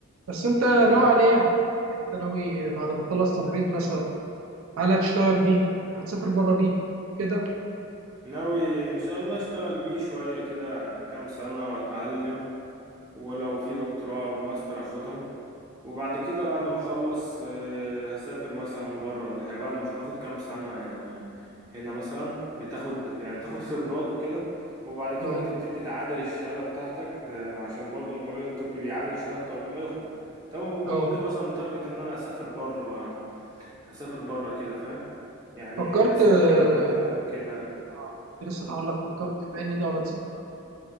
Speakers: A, on the right; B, on the right.
A: بس انت ناوي
B: <clears throat> تمام
A: على ايه يعني يعني انت ناوي بعد ما تخلص تمريض مثلا هل هتشتغل بيه هتسافر بره بيه كده
B: ناوي ان شاء الله اشتغل بيه شوية كده كام سنة واتعلم ولو في دكتوراه او ماستر اخدهم وبعد كده بعد ما اخلص آه، هسافر مثلا بره ولا حاجه بعد ما اخد كام سنه يعني هنا مثلا بتاخد يعني تاخد خبرات وكده وبعد كده
A: اه
B: تبتدي تعادل الشهاده بتاعتك آه، عشان برضو المجال الطبي بيعادل شهادته قبل ما يخرج طب وممكن
A: اه
B: مثلا متارجت ان انا اسافر بره اسافر بره كده فاهم يعني
A: فكرت
B: اسافر
A: آه،
B: كندا كده
A: آه، كنت لسه هقول لك فكرت في انهي دولة تسافر